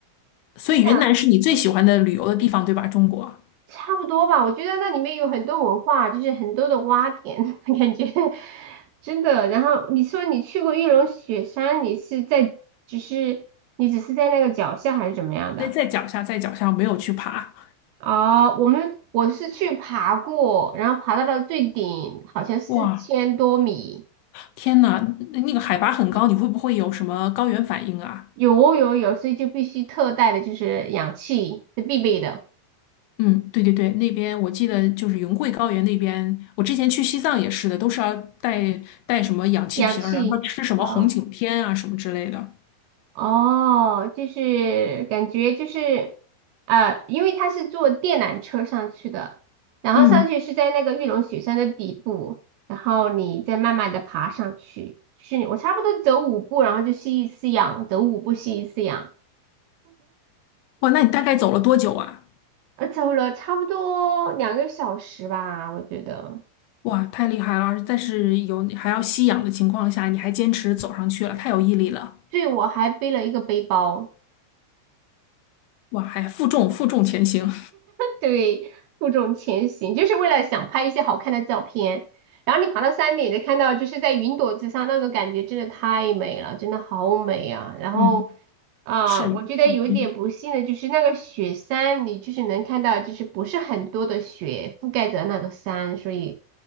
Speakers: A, on the left (about 80°); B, on the right (about 80°).
A: 所以云南是你最喜欢的旅游的地方，
B: 真的。
A: 对吧？中国。
B: 差不多吧，我觉得那里面有很多文化，就是很多的挖点，<laughs> 感觉真的。然后你说你去过玉龙雪山，你是在只是你只是在那个脚下还是怎么样的？
A: 再在脚下，在脚下，我没有去爬。
B: 哦，我们我是去爬过，然后爬到了最顶，好像四千多米，
A: 哇，天呐，那那个海拔很高，你会不会有什么高原反应啊？
B: 有哦有哦有，所以就必须特带的就是氧气是必备的，
A: 嗯，对对对，那边我记得就是云贵高原那边，我之前去西藏也是的，都是要带带什么氧气瓶儿，
B: 氧气。
A: 然后吃什么红景天啊什么之类的。
B: 啊。哦，就是感觉就是，啊，因为他是坐电缆车上去的，然后上去是在那个玉龙雪山的底部，
A: 嗯，
B: 然后你再慢慢的爬上去，是我差不多走五步，然后就吸一次氧，走五步吸一次氧，
A: 哇，那你大概走了多久啊？
B: 呃，走了差不多两个小时吧，我觉得。
A: 哇，太厉害了！但是有还要吸氧的情况下，你还坚持走上去了，太有毅力了。
B: 对，我还背了一个背包。
A: 哇，还负重负重前行。
B: 对，负重前行，就是为了想拍一些好看的照片。然后你爬到山顶，就看到就是在云朵之上那种感觉，真的太美了，真的好美啊！
A: <laughs>
B: 然后
A: 嗯，
B: 啊、
A: 是晕。
B: 我觉得有一点不幸的就是那个雪山，你就是能看到就是不是很多的雪覆盖着那个山，所以